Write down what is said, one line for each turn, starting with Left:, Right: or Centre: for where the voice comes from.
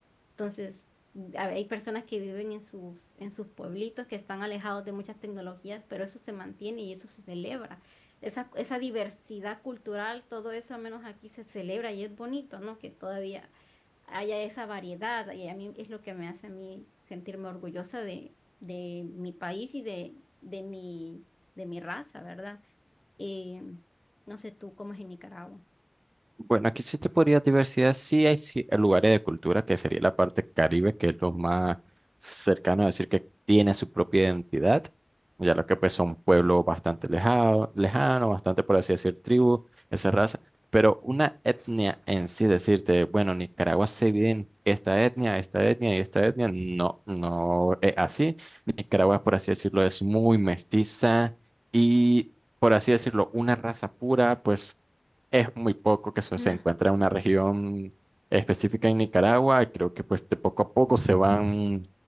Left: Entonces, a- hay personas que viven en sus, en sus pueblitos, que están alejados de muchas tecnologías, pero eso se mantiene y eso se celebra. Esa, esa diversidad cultural, todo eso al menos aquí se celebra y es bonito, ¿no? Que todavía haya esa variedad y a mí es lo que me hace a mí sentirme orgullosa de, de mi país y de, de mi, de mi raza, ¿verdad? Eh, no sé tú cómo es en Nicaragua.
Right: Bueno, aquí sí te podría diversidad, sí hay ci- eh, lugares de cultura que sería la parte Caribe, que es lo más cercano a decir que tiene su propia identidad, ya lo que pues son pueblos bastante lejano, lejano, bastante por así decir tribu, esa raza, pero una etnia en sí decirte, bueno, Nicaragua se divide en esta etnia, esta etnia y esta etnia, no, no es así. Nicaragua, por así decirlo, es muy mestiza y, por así decirlo, una raza pura, pues es muy poco
Left: <laughs>
Right: que se
Left: No.
Right: se encuentra en una región específica en Nicaragua. Creo que pues de poco a poco se van